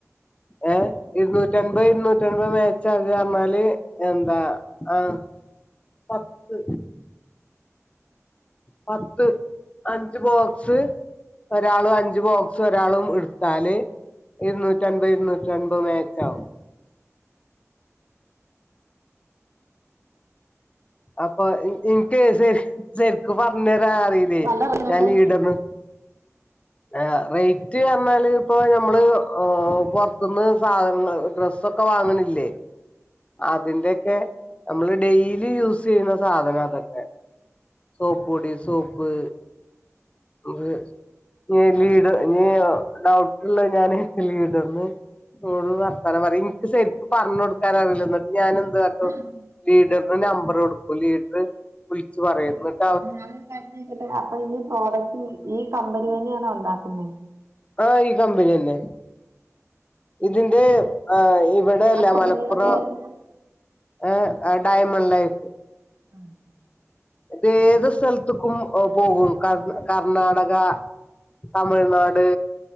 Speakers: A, on the left; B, on the right.
A: ഏഹ് ഇര്ന്നൂറ്റൻപത് ഇര്ന്നൂറ്റൻപത് മേച്ചാകാർഞ്ഞാല് എന്താ ആഹ് പത്ത്. പത്ത്, അഞ്ച് ബോക്സ് ഒരാള് അഞ്ച് ബോക്സ് ഒരാളും ഇട്ത്താല് ഇര്ന്നൂറ്റൻപത് ഇര്ന്നൂറ്റൻപത് മാച്ചാവും. അപ്പൊ ഇൻ ഇൻക്ക് സെര് സെര്ക്ക് പർഞ്ഞെരാറീലെയ്
B: നല്ല റേറ്റിനൊക്കെ
A: ഞാൻ ലീഡെർനോ ഏഹ് റെയ്റ്റർഞ്ഞാല് പ്പൊ ഞമ്മള് ഏഹ് പൊർത്ത്ന്ന് സാധനങ്ങള് ഡ്രസ് സൊക്കെ വാങ്ങ്ണില്ലേ അതിന്റെക്കെ നമ്മള് ഡെയിലി യൂസെയ്യ്ണ സാധനാതൊക്കെ. സോപ്പൊടി, സോപ്പ് <unintelligible> നീ ലീഡ് ഞ് ഡൗട്ട്ള്ളെ ഞാന് ലീഡർന് ഓള് വർത്താനം പറിം ഇൻക്ക് ശെര്ക്ക് പർഞ്ഞൊട്ക്കാനാ <unintelligible> ന്ന്ട്ട് ഞനെന്ത് കാട്ടും
B: ഉം
A: ലീഡർൻ്റെ നമ്പറൊട്ക്കും ലീഡർ വിളിച്ച് പറയു <unintelligible>
B: അപ്പൊ ഞാനൊരു കാര്യം ചോദിക്കട്ടെ അപ്പൊ ഈ പ്രോഡക്റ്റ് ഈ കമ്പനി തെന്ന്യാണോ ഉണ്ടാക്കുന്നേ?
A: ആഹ് ഈ കമ്പന്യന്നെ ഇതിന്റെ ആഹ് ഇവടല്ല
B: ആ കമ്പനിയുടെ
A: മലപ്പുറം
B: പേരെന്താ
A: ഏഹ് ആഹ് ഡയമണ്ട് ലൈഫ്.
B: ആഹ്
A: ഇതേത് സ്ഥൽത്ത്ക്കും ഓ പോവും. കർ കർണാടക തമിഴ്നാട്,